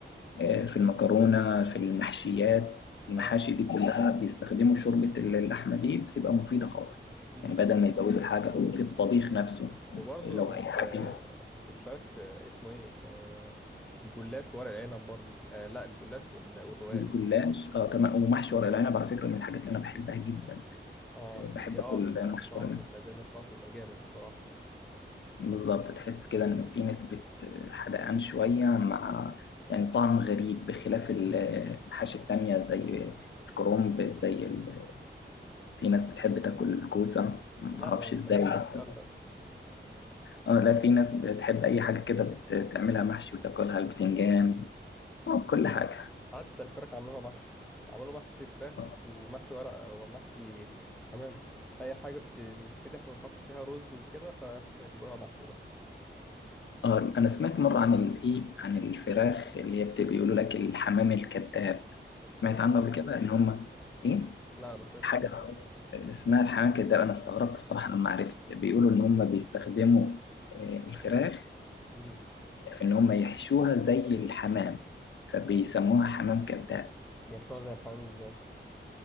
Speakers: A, on the left (about 65°); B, in the centre.
A: آه، في المكرونة في المحشيات المحاشي
B: اه
A: دي كلها بيستخدموا شوربة اللحمة دي بتبقى مفيدة خالص
B: امم
A: يعني بدل ما يزودوا الحاجة في الطبيخ نفسه
B: وبرضه
A: لو هيحبي
B: في في مش عارف اسمه ايه آه الجلاش ورق العنب برضه آه لا الجلاش وال- والرقاق
A: الجلاش اه كمان ومحشي ورق العنب على فكرة من الحاجات اللي أنا بحبها جدا
B: اه
A: آه، بحب
B: دي دي اه
A: أكل
B: بيبقى
A: محشي
B: الطعم
A: ورق العنب
B: المزازه بتاعته بيبقى جامد الصراحه
A: بالظبط تحس كده إن في نسبة حدقان شوية مع يعني طعم غريب بخلاف المحاشي
B: امم
A: التانية زي الكرنب زي ال... في ناس بتحب تاكل الكوسة معرفش
B: لا انا مش
A: ازاي
B: بحب
A: بس
B: الكلام ده
A: اه لا في ناس بتحب أي حاجة كده بتعملها محشي وتاكلها البتنجان آه، كل حاجة
B: حتى الفراخ عملوها محشي عملوا محشي فراخ
A: اه
B: ومحشي ورقة ومحشي حمام أي حاجة بتتفتح وتحط فيها رز وكده فيعتبروها محشي بقى
A: آه، انا سمعت مره عن الايه عن الفراخ اللي هي بت- بيقولوا لك الحمام الكذاب سمعت
B: ده إيه
A: عنه
B: ده؟
A: قبل كده ان هم ايه
B: لا أنا ما سمعتش
A: حاجه
B: عنه
A: اس-
B: إيه ده؟
A: اسمها الحنكه ده انا استغربت بصراحه لما عرفت بيقولوا ان هم بيستخدموا آه، الفراخ
B: مم.
A: في ان هم يحشوها زي الحمام فبيسموها حمام كذاب
B: بيحشوها زي الحمام إزاي؟